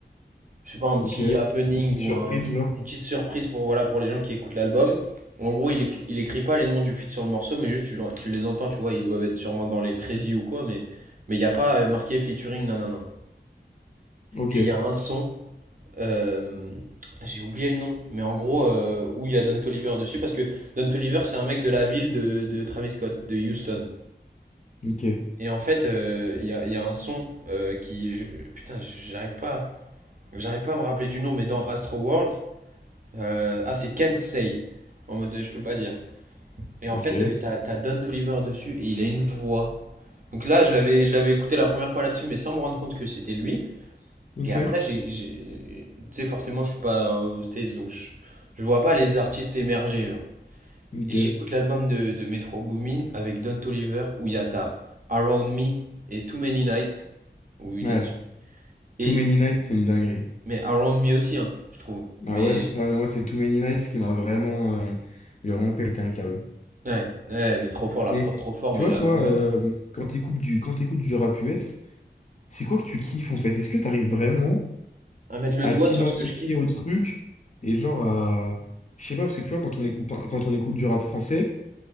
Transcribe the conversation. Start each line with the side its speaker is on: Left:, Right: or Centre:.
Right: je sais pas, un
Left: ok.
Right: petit
Left: Une
Right: happening
Left: petite
Right: ou
Left: surprise,
Right: un-
Left: genre.
Right: une petite surprise pour, voilà, pour les gens qui écoutent l'album. En gros, il écrit, il écrit pas les noms du feat sur le morceau, mais juste tu, l'en- tu les entends, tu vois, ils doivent être sûrement dans les crédits ou quoi, mais mais il n'y a pas euh, marqué featuring, non, non, non.
Left: Ok,
Right: Et il y a un son, euh, j'ai oublié le nom, mais en gros, euh, où il y a Don Toliver dessus, parce que Don Toliver, c'est un mec de la ville de, de Travis Scott, de Houston.
Left: ok,
Right: Et en fait, euh, il y a, il y a un son euh, qui... je- putain, j'arrive pas, j'arrive pas à me rappeler du nom, mais dans Astro World, Euh, ah, c'est Can't Say. En mode, euh, je peux pas dire. Et en
Left: ok,
Right: fait, euh, t'as, t'as Don Toliver dessus et il a une voix. Donc là, je l'avais, je l'avais écouté la première fois là-dessus, mais sans me rendre compte que c'était lui.
Left: ok,
Right: Et après, j'ai, j'ai- tu sais, forcément, je suis pas aux States, donc je, je vois pas les artistes émerger, genre.
Left: ok.
Right: Et j'écoute l'album de, de Metro Boomin avec Don Toliver où il y a ta Around Me et Too Many Nights où il
Left: Ouais,
Right: est dessus.
Left: Too
Right: Et,
Left: Many Nights, c'est une dinguerie.
Right: mais Around Me aussi, hein, je trouve.
Left: Ah
Right: Mais,
Left: ouais? Ouais, mais moi, c'est Too Many Nights qui m'a vraiment... Euh, il a vraiment pété un câble.
Right: ouais, ouais, mais trop fort, la
Left: Mais
Right: prod trop fort,
Left: tu
Right: mais
Left: vois,
Right: la
Left: toi,
Right: voix.
Left: euh, quand t'écoutes du, quand t'écoutes du rap US, c'est quoi que tu kiffes en fait? Est-ce que t'arrives vraiment...
Right: À mettre le
Left: à
Right: doigt
Left: t'identifier
Right: sur ce que je kiffe?
Left: au truc et genre à... Je sais pas, parce que tu vois, quand on écoute, quand on écoute du rap français,